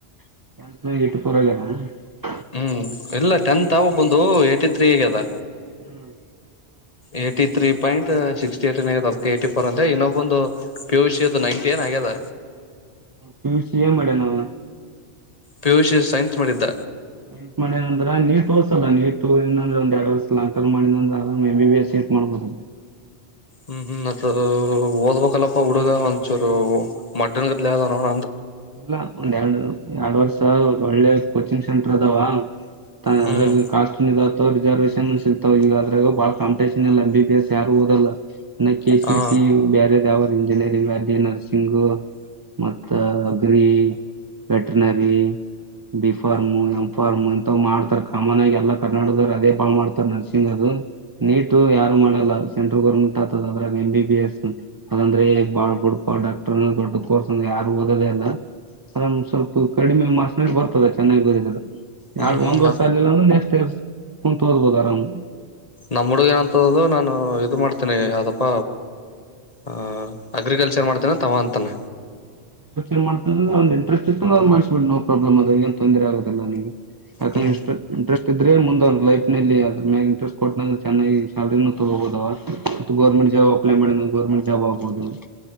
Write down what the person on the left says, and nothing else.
ಹ್ಮ್ ಇಲ್ಲ ಟೆಂತ್ ಆ ಬಂದು ಏಟಿ ಥತ್ರೀಗ <unintelligible> ಅದ
ಏಯ್ಟಿ ತ್ರೀ ಪಾಯಿಂಟ್ ಸಿಕ್ಸ್ಟಿ ಏ ಏನ್ ಆ ಅದಕ್ಕೆ ಏ್ಟ <unintelligible> ಫೋರ್ ಅಂದ ಇನ್ನೊಬ್ಬೊಂದು ಪಿ ಯು ಸಿ ನೈನ್ಟಿ ಏನ್ ಆಗ್ಯದ
ಪಿಯುಷಿ ಸೈನ್ಸ್ ಮಾಡಿದ್ದ
ಹ್ಮ್ ಹ್ಮ್ <unintelligible> ಓದ್ಬೇಕಲ್ಲಪ್ಪಾ ಹುಡುಗ ಒಂಚೂರು <unintelligible> ಮಡ್ಡನ್ಗತ್ ನೋಡ
ಹ್ಮ್
ಹ
ಹ್ಮ್ ಹ್ಮ್
ನಮ್ಮ್ ಹುಡುಗ ಏನಂತದ ನಾನು ಇದು ಮಾಡ್ತಿ <unintelligible> ಯಾವ್ದಪ್ಪ ಆ ಅಗ್ರಿಕಲ್ಚರ್ ಮಾಡ್ತೇನ ತವಾ ಅಂತಾನ
ಹ್ಮ್